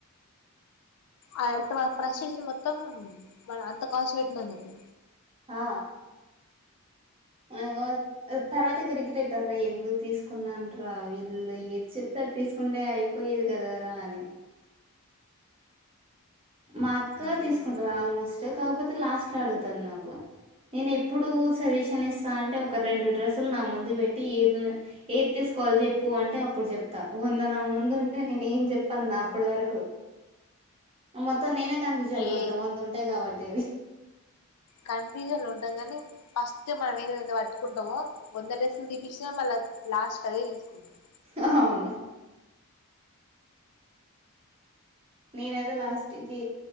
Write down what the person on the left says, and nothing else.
అ అంత మన ఫ్రస్టేషన్ మొత్తం మన అంత కాస్ట్ పెట్టినందుకు
అంతే
ఇగ
ఏ
కన్ఫ్యూజన్ లో ఉంటాం గానీ ఫస్ మనం ఏదఐతే వట్టుకుంటామో వంద డెస్లు దీపించిన మళ్ళీ లాస్ట్ అదే తీసుకుంటాం